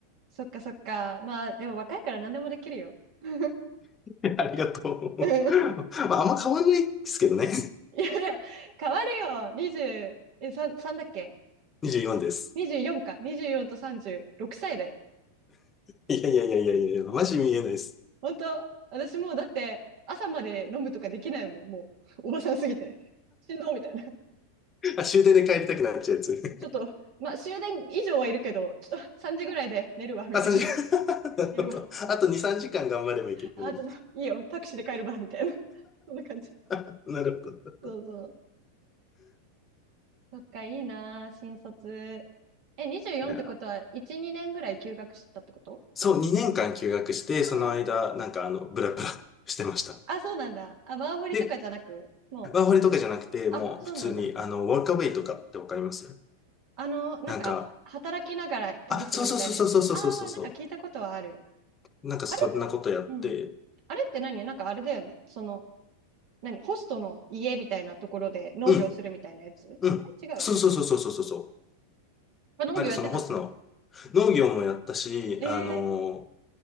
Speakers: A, on the right (about 45°); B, on the left (about 20°).
A: そっかそっか。まあ、でも若いから何でもできるよ。<laughs> う
B: <laughs> ありがとう。
A: ん
B: <laughs> まあ、あんま変わんないですけどね。
A: いやいや、変わるよ。20、え、3、3だっけ
B: 24です。
A: ?24 か。24と36歳だよ。
B: いやいやいやいやいや、マジ見えないです。
A: 本当私もうだって朝まで飲むとかできないもん。もう、おばさんすぎて。しんどみたいな。
B: あ、終電で帰りたくなっちゃうやつ。
A: ちょっと、まあ終電以上はいるけど、ちょっと3時ぐらいで寝るわ、みたいな。
B: あ、3時間。<laughs> なるほど。
A: 寝るわ。
B: あと2、3時間頑張ればいけるのに。
A: あ、ちょっといいよ。タクシーで帰るわ、みたいな。そんな感じ。
B: <laughs> なるほど。
A: そうそう。
B: い
A: そっか、いいなあ、新卒。え、24ってことは、
B: やー、
A: 1、2年ぐらい休学してたってこと
B: そう、2年間休学して、
A: あー
B: その間、なんかあの、ブラブラ <laughs> してました。
A: あ、そうなんだ。あ、ワーホリとかじゃなく、
B: で、
A: もう、
B: ワーホリとかじゃなくて、もう普通に、
A: あ、そうなんだ。
B: あの、ワーカーウェイとかってわかります
A: あの、なんか、
B: なんか、
A: 働きながら旅するみたいなやつ。
B: あ、そうそうそうそうそうそうそうそ
A: ああ、なんか聞いたことはある。
B: う。なんかそんなことやって、
A: あれうん。あれって何なんかあれだよね。その、何ホストの家みたいなところで農業するみたいなやつあれ違う。
B: うん、うん。そうそうそうそうそうそう。
A: あ、農業やってたの
B: なんかそのホストの農業もやったし、
A: ええ
B: あの、